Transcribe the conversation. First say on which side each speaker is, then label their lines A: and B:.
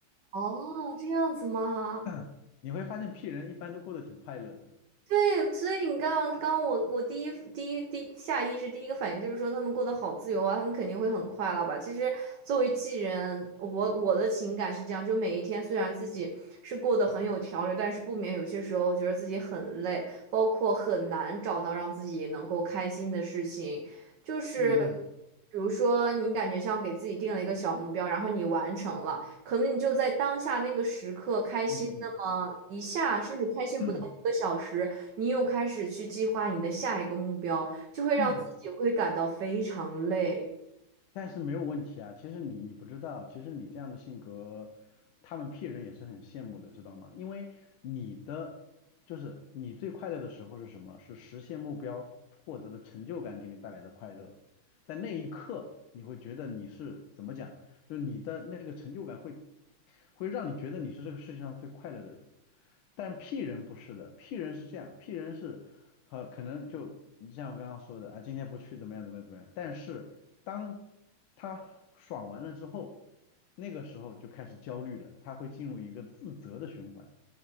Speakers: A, on the right; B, on the left.
A: 哦，这样子吗？
B: <laughs> 你会发现 P 人一般都过得挺快乐的。
A: 对，所以你刚刚刚我我第一第一第下意识第一个反应就是说他们过得好自由啊，他们肯定会很快乐吧？其实作为艺人，我我的情感是这样，就每一天虽然自己是过得很有条理，但是不免有些时候觉得自己很累，包括很难找到让自己能够开心的事情，就是
B: 嗯嗯
A: 比如说你感觉像给自己定了一个小目标，然后你完成了，可能你就在当下那个时刻开心那么一下，
B: 嗯
A: 甚至开心不到一个小时。
B: 嗯。
A: 你又开始去计划你的下一个目标，就会让自己会感到非常累。
B: <clears throat> 但是没有问题啊。其实你你不知道，其实你这样的性格，他们 P 人也是很羡慕的，知道吗？因为你的就是你最快乐的时候是什么？是实现目标获得的成就感给你带来的快乐。在那一刻你会觉得你是怎么讲，就是你的那个成就感会会让你觉得你是这个世界上最快乐的人。但 P 人不是的，P 人是这样，P 人是，呃，可能就你像我刚刚说的啊，今天不去怎么样怎么样怎么样，但是当他爽完了之后，那个时候就开始焦虑了，他会进入一个自责的循环。